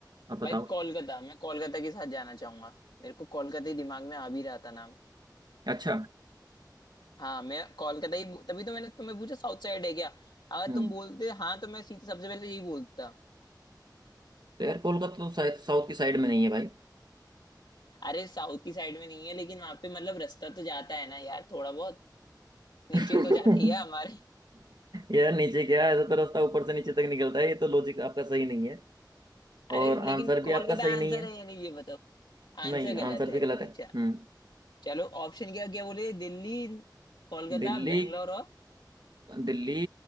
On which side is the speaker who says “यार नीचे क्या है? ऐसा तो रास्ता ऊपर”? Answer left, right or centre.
Right